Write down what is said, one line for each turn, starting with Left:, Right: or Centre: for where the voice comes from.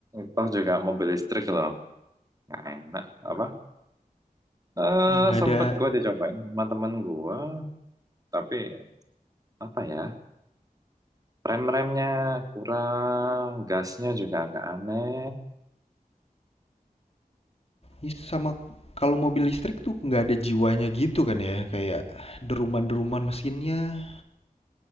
Right: Toh juga mobil listrik loh nggak enak apa eh
Left: Ih, nggak
Right: sempet
Left: ada
Right: gua dicobain sama temen gua tapi apa ya rem-remnya kurang gasnya juga agak aneh
Left: ini sama kalau mobil listrik tuh nggak ada jiwanya gitu kan ya kayak deruman-deruman mesinnya